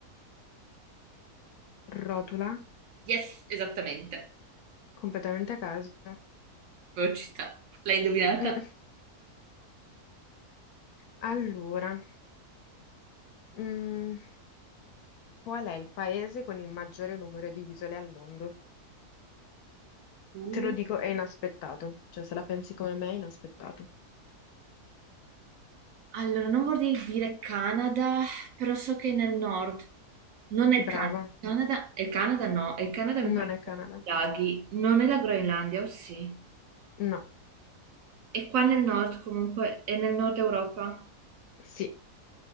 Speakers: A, on the left; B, on the right.
A: rotula,
B: Yes, esattamente.
A: completamente a caso.
B: Però ci sta. L'hai indovinata?
A: Mm, Allora, mm, qual è il paese con il maggiore numero di isole al mondo?
B: Uh,
A: Te lo dico, è inaspettato. Cioè, se la pensi come me, è inaspettato.
B: allora, non vorrei dire Canada, però so che è nel nord. Non è il Canada.
A: Brava,
B: Canada, il Canada no, il Canada mi
A: non
B: pare che
A: è Canada.
B: sia i laghi. Non è la Groenlandia, o sì?
A: No.
B: È qua nel nord comunque, è nel nord Europa.
A: Sì,